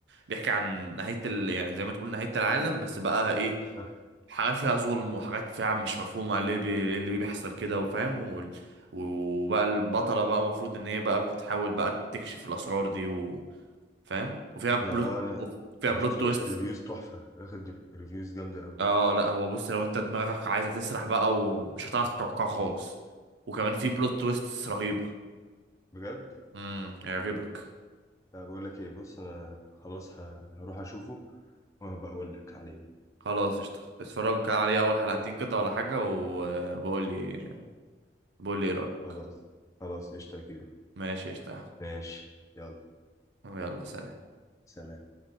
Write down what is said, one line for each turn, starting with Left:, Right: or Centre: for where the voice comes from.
Right: وبيحكي عن نهاية ال... يعني زي ما تقول نهاية العالم بس بقى ايه
Left: اه
Right: حاجات فيها ظلم وحاجات فيها مش مفهومة ليه بي... إيه اللي بيحصل كده وفاهم وال... وبقى البطلة بقى المفروض ان هي بقى بتحاول بقى تكشف الأسرار دي وفاهم وفيها بلوت
Left: آه، انا
Right: وفيها
Left: انا
Right: بلوت
Left: شفت
Right: تويست
Left: واخد ريفيوز تحفه واخد ريفيوز جامده قوي
Right: اه لا هو بص لو انت دماغك عايزة تسرح بقى ومش هتعرف تتوقعها خالص وكمان في بلوت تويست رهيبة
Left: بجد
Right: امم هيعجبك
Left: لا بقول لك ايه بص انا خلاص ه- هروح اشوفه وهبقى اقول لك عليه
Right: خلاص قشطة اتفرجوا كده عليه اول حلقتين كده ولا حاجة وبقول لي بقول لي ايه رأيك
Left: خلاص خلاص قشطه كده
Right: ماشي قشطة يا
Left: ماشي يلا
Right: أحمد. يلا سلام
Left: سلام